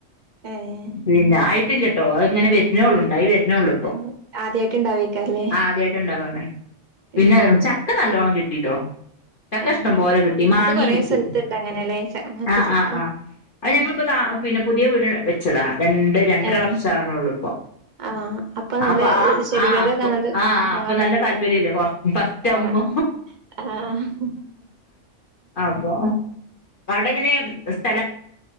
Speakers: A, on the right; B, on the left.
A: ഏഹ്
B: പിന്നെ ആയിട്ടില്ല ട്ടോ അത്ങ്ങനെ വരുന്നേ ഉള്ളു ഉണ്ടായി വരുന്നേ ഉള്ളൂ ഇപ്പൊ
A: ഏഹ് ആദ്യായിട്ട് ഇണ്ടാവേക്കാരല്ലേ
B: ആദ്യായിട്ട്ണ്ടാവാണ് പിന്നെ
A: ഏഹ്
B: ചക്ക നല്ലോണം കിട്ടീട്ടോ ചക്ക
A: ആഹ്
B: ഇഷ്ടം പോലെ കിട്ടി മങ്ങേം
A: അത് കൊറേ
B: കിട്ടി
A: സ്ഥലത്ത്ണ്ട് അങ്ങനെല്ലേ ച അങ്ങനത്തെ
B: ആഹ്
A: ചക്ക
B: ആഹ് ആഹ് അത് ഞങ്ങളിപ്പോ
A: ഉം
B: താ
A: ഉം
B: പിന്നെ പുതിയ വീട് വെച്ചതാ രണ്ട് രണ്ടര
A: ഏഹ്
B: വർഷം ആവണേ ഉള്ളു ഇപ്പൊ
A: ആഹ് നല്ല
B: ആഹ് അപ്പൊ ആഹ്
A: ചെടികൾക്കൊക്കെ
B: ആഹ് അപ്പൊ
A: നല്ല
B: ആഹ്
A: ഇതാവാൻ
B: അപ്പൊ
A: ഇണ്ടേക്കാരം.
B: നല്ല താല്പര്യല്ലേ കൊറച്ചു ഫസ്റ്റാവുമ്പോ
A: ആഹ് ആഹ്
B: അപ്പൊ അവിടെങ്ങെനേ <unintelligible>